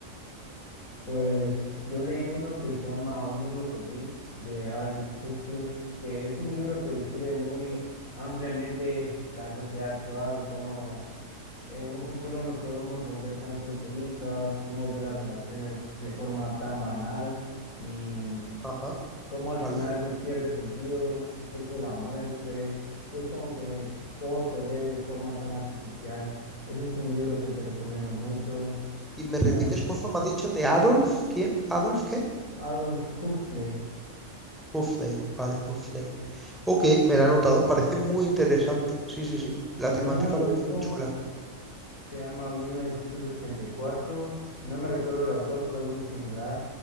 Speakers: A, on the left (about 80°); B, in the centre.
A: Pues yo leí uno que se llama Un Mundo Feliz de Aldous Huxley, que es un libro que describe muy ampliamente la sociedad actual y cómo En un futuro nos podemos volver tan consumistas, podemos ver las relaciones de forma tan banal y
B: Ajá,
A: cómo al
B: vale.
A: final pierde sentido, incluso la muerte, y es como que todo se ve de forma tan artificial. Ese es un libro que te recomiendo mucho.
B: ¿Y me repites,
A: Tam-
B: por favor, me has dicho de Adolf? ¿Quién? ¿Adolf qué?
A: Adolf Huxley.
B: Half-Life, vale, Half-Life. Ok, me la he anotado, parece muy interesante. Sí, sí, sí, la
A: También
B: temática
A: hay otro,
B: parece muy chula.
A: se llama 1984, no me recuerdo el autor, pero es muy similar,